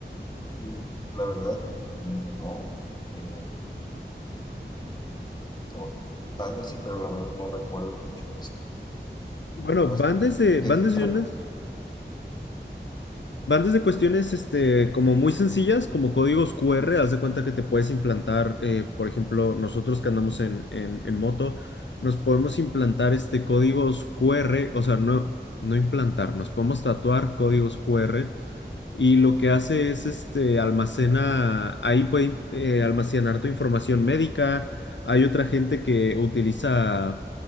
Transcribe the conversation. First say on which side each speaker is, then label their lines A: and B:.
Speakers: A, on the left; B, on the left.
A: Mm, La verdad, mm, no. eh, o tal vez sí, pero la verdad no recuerdo mucho de esto.
B: Bueno,
A: Pues,
B: van desde,
A: ¿de
B: van
A: qué
B: desde
A: trata?
B: unas, Van desde cuestiones este, como muy sencillas, como códigos QR, haz de cuenta que te puedes implantar, eh, por ejemplo, nosotros que andamos en, en- en moto, nos podemos implantar este códigos QR, o sea, no, no implantar, nos podemos tatuar códigos QR y lo que hace es este almacena, ahí puede eh, almacenar tu información médica. Hay otra gente que utiliza